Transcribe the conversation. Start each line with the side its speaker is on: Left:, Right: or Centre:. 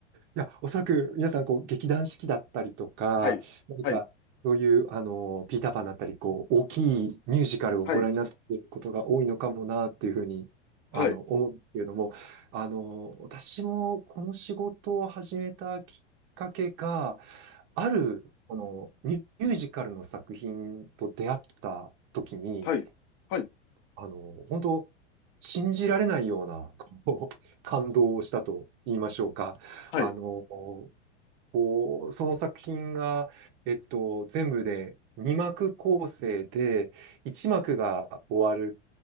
Right: や、おそらく皆さん、こう、劇団四季だったりとか、
Left: はい、
Right: 何か、
Left: はい、
Right: そういう、あの、ピーターパンだったり、こう、大きいミュージカルをご覧になっていることが多いのかもな、
Left: はい、
Right: っていうふうに、あの、
Left: はい、
Right: 思うんですけれども、あの、私もこの仕事を始めたきっかけが、ある、この、ミュミュージカルの作品と出会った時に、
Left: はい、はい、
Right: あの、本当信じられないような、こう、感動をしたと言いましょうか。
Left: はい、
Right: あの、こう、その作品が、えっと、全部で2幕構成で、1幕が終わっ